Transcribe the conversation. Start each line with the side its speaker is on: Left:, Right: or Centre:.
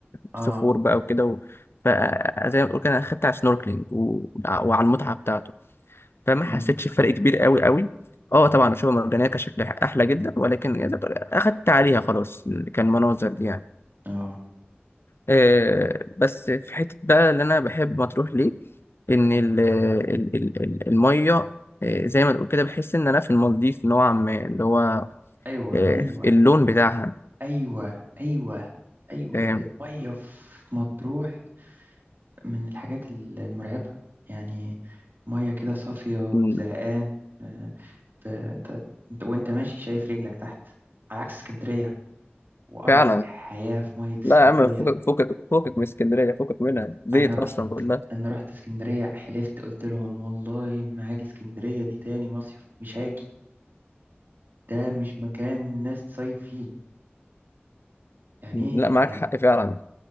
Right: اه
Left: صخور بقى وكده و... فزي ما بقول كده انا خدت على السنوركلينج و... وعلى المتعه بتاعته فما
Right: م.
Left: حسيتش بفرق كبير قوي قوي اه طبعا الشعاب المرجانيه كان شكلها احلى جدا ولكن يعني اخدت عليها خلاص كان مناظر دي يعني
Right: اه
Left: آه، بس في حته بقى اللي انا بحب مطروح ليه ان ال... ال... ال... ال- الميه آه، زي ما تقول كده بحس ان انا في المالديف نوعا ما اللي هو
Right: ايوه
Left: آه،
Right: ايوه
Left: اللون بتاعها
Right: ايوه ايوه ايوه
Left: آه،
Right: الميه في مطروح من الحاجات ال- المرعبه يعني ميه كده صافيه
Left: م،
Right: بزرقان آه، فانت انت وانت ماشي شايف رجلك تحت على عكس اسكندريه وقرف
Left: فعلا
Right: الحياه في ميه اسكندريه
Left: لا يا عم فكك فكك فكك من اسكندرية فكك منها زيت
Right: انا رحت
Left: أصلا كلها
Right: انا رحت اسكندريه حلفت قلت لهم والله ما هاجي اسكندريه دي تاني مصيف مش هاجي ده مش مكان ناس تصيف فيه يعني
Left: مم. لا معاك
Right: ايه
Left: حق فعلا